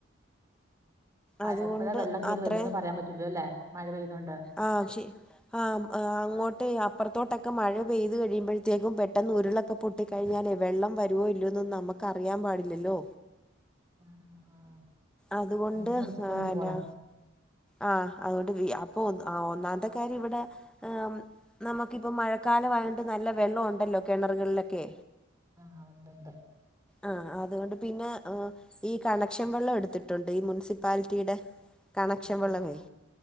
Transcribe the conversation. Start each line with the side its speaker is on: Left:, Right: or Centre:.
Centre: അതുകൊണ്ട്
Right: എപ്പോഴാ വെള്ളം കേറി
Centre: അത്രേം
Right: വരുന്നെന്ന് പറയാൻ പറ്റൂല അല്ലേ മഴ പെയ്യുന്നൊണ്ട്.
Centre: ആഹ് ശരി. ആഹ് അങ്ങോട്ട് അപ്പറത്തോട്ടൊക്കെ മഴ പെയ്ത് കഴിയുമ്പഴത്തേക്കും പെട്ടെന്ന് ഉരുളൊ ഒക്കെ പൊട്ടിക്കഴിഞ്ഞാലേ
Right: ഉം
Centre: വെള്ളം വരുവോ ഇല്ലോന്നും നമുക്ക് അറിയാൻ പാടില്ലല്ലോ
Right: ആഹ് ആഹ്
Centre: അതുകൊണ്ട്
Right: എന്നാ റിസ്ക് പണിക്ക്
Centre: ആനാ
Right: പോണേ
Centre: ആഹ് അതോണ്ട് വി അപ്പൊ ഒന്ന് ആ ഒന്നാമത്തെക്കര്യം ഇവിടെ ആ- നമക്കിപ്പം മഴക്കാലവായട്ട് നല്ല വെള്ളം ഉണ്ടല്ലോ കെണർകളിലൊക്കെ.
Right: ആഹ് ഉണ്ട്ണ്ട്.
Centre: ആഹ് അതുകൊണ്ട് പിന്നെ ഈ കണക്ഷൻ വെള്ളം എടുത്തിട്ടുണ്ട് ഈ മുനിസിപ്- പാൽറ്റീടെ കണക്ഷൻ
Right: ആഹ്
Centre: വെള്ളവേ
Right: ആഹ്